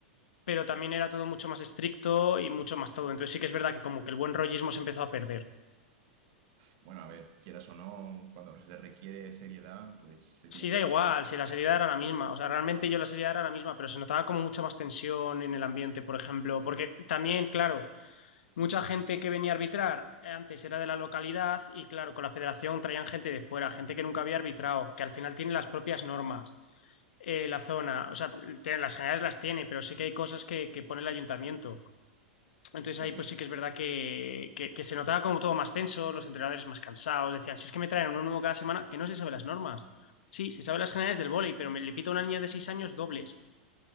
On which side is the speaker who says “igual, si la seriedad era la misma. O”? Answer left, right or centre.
Left